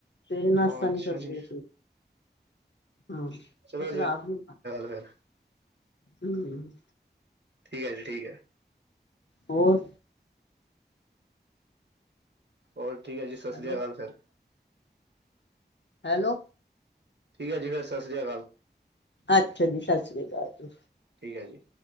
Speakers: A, on the left; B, on the right.
A: ਸਵੇਰੇ
B: ਹੋ
A: ਨਾਸਤਾ ਨੀ
B: ਅੱਛਾ
A: ਕਰਦੇ।
B: ਜੀ
A: ਹੂੰ
B: ਚਲੋ
A: ਬਸ
B: ਜੀ
A: ਰਾਤ ਨੂੰ-
B: ਗੱਲ ਫਿਰ
A: ਹੂੰ -
B: ਠੀਕ ਹੈ। ਜੀ ਠੀਕ ਹੈ।
A: ਹੋਰ-
B: ਹੋਰ ਠੀਕ ਹੈ। ਜੀ ਸਤਿ੍ਰ
A: ਹੈਲੋ
B: ਅਕਾਲ ਫੇਰ-
A: ਹੈਲੋ-
B: ਠੀਕ ਹੈ। ਠੀਕ ਹੈ। ਸਤਿਸ੍ਰੀ ਅਕਾਲ-
A: ਅਛਾ, ਜੀ ਸਤਿ ਸ੍ਰੀ ਅਕਾਲ ਜੀ-
B: ਠੀਕ ਹੈ। ਜੀ-